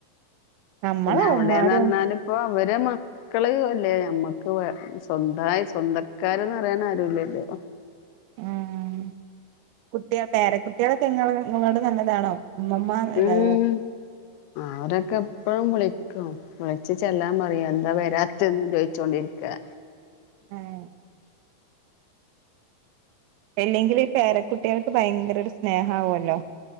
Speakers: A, on the right; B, on the left.
A: നമ്മളെ
B: പിന്നെ അവിടെന്ന്
A: ഉമ്മാരും
B: പറഞ്ഞാൽ ഇപ്പോ അവര് മ ക്കള് അല്ലേ നമ്മക്ക് വ സ്വന്തായി സ്വന്തക്കാരന്ന് പറയാൻ ആരുല്ലല്ലോ.
A: ആഹ് കുട്ടിക പേരകുട്ടികളൊക്കെ ങ്ങ നിങ്ങളോട് നല്ലതാണോ? മ്മമ ആലേ
B: ഉം അവരൊക്കെ എപ്പഴും വിളിക്കും വിളിച്ച് ചെല്ലാൻ പറയും എന്താ വരാത്തെന്നും ചോദിച്ചോണ്ടിരിക്ക
A: <unintelligible> അല്ലെങ്കിലും ഈ പേരക്കുട്ടികൾക്ക് ഭയങ്കര ഒരു സ്നേഹം ആവുല്ലോ.